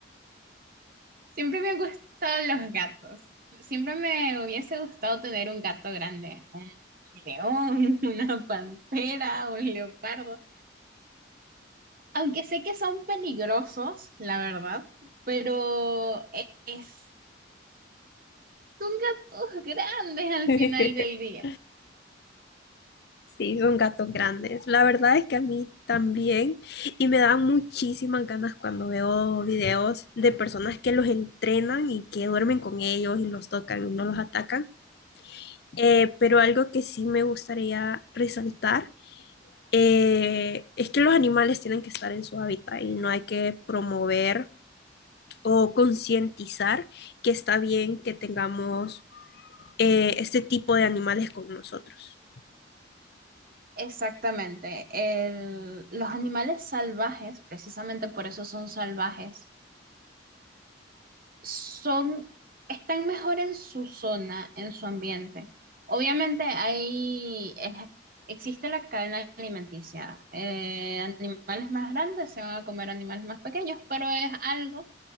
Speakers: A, on the right (about 45°); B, on the left (about 55°).
A: Siempre me han gustado los gatos. Siempre me hubiese gustado tener un gato grande, un león, <laughs> una pantera, un leopardo. Aunque sé que son peligrosos, la verdad, pero e- es Son gatos grandes al
B: <laughs>
A: final del día.
B: Sí, son gatos grandes. La verdad es que a mí también, y me dan muchísimas ganas cuando veo videos de personas que los entrenan y que duermen con ellos y los tocan y no los atacan. Eh, pero algo que sí me gustaría resaltar eh, es que los animales tienen que estar en su hábitat y no hay que promover o concientizar que está bien que tengamos eh, este tipo de animales con nosotros.
A: Exactamente. El- los animales salvajes, precisamente por eso son salvajes, son, están mejor en su zona, en su ambiente. Obviamente hay, es- existe la cadena alimenticia. Eh, animales más grandes se van a comer animales más pequeños, pero es algo